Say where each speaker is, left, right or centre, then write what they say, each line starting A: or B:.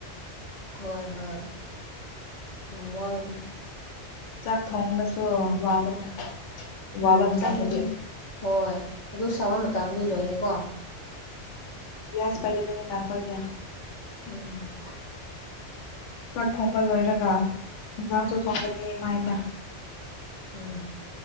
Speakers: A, on the left; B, on the left.
A: ꯍꯣꯏ ꯍꯣꯏ ꯌꯥꯝ ꯋꯥꯒꯅꯤ
B: ꯆꯥꯛ ꯊꯣꯡꯕꯁꯨ ꯋꯥꯕꯅ ꯋꯥꯕ
A: ꯎꯝ
B: ꯃꯇꯝꯗꯗꯤ
A: ꯆ ꯍꯣꯏ ꯑꯗꯨ ꯁꯥꯕ ꯃꯇꯝꯗꯤ ꯂꯣꯏꯔꯦꯀꯣ
B: ꯎ ꯌꯥꯖ ꯄꯥꯏꯗ ꯄꯥꯏ ꯅꯈꯣꯏꯗ
A: ꯎꯝ
B: ꯆꯥꯛ ꯊꯣꯡꯕ ꯂꯣꯏꯔꯒ ꯏꯟꯖꯥꯡꯁꯨ ꯊꯣꯡꯒꯅꯤꯃꯥꯏꯗ
A: ꯎꯝ